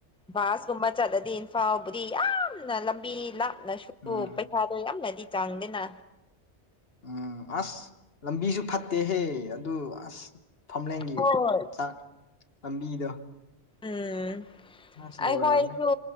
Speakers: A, in the centre; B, on the left (about 60°).
A: ꯕꯥꯁ ꯀꯨꯝꯕ ꯆꯠꯂꯗꯤ ꯏꯝꯐꯥꯜꯕꯨꯗꯤ ꯌꯥꯝꯅ ꯂꯝꯕꯤ ꯂꯥꯞꯅꯁꯨ
B: ꯎꯝ
A: ꯄꯩꯁꯥ ꯌꯥꯝꯅꯗꯤ ꯇꯥꯡꯗꯦꯅ
B: ꯎꯝ ꯑꯁ ꯂꯝꯕꯤꯁꯨ ꯐꯠꯇꯦꯍꯦ ꯑꯗꯨ ꯑꯁ ꯐꯝꯂꯦꯟꯒꯤ
A: ꯍꯣꯏ
B: ꯆꯥꯛ ꯂꯝꯕꯤꯗꯣ
A: ꯎꯝ
B: ꯑꯁ ꯂꯣꯏꯔꯕꯅꯦ
A: ꯑꯩꯈꯣꯏꯁꯨ